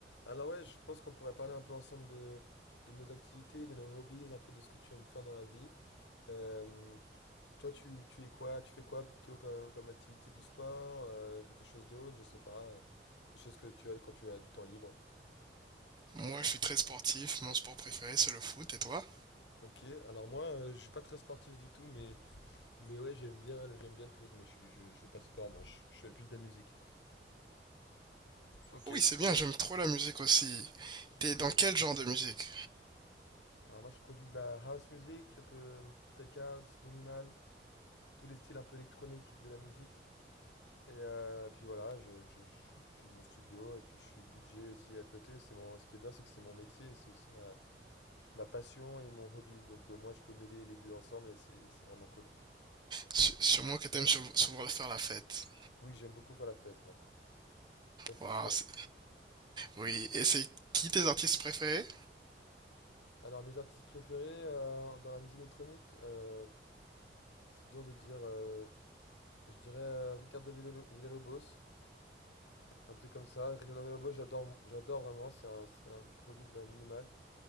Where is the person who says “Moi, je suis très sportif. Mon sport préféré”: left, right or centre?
Right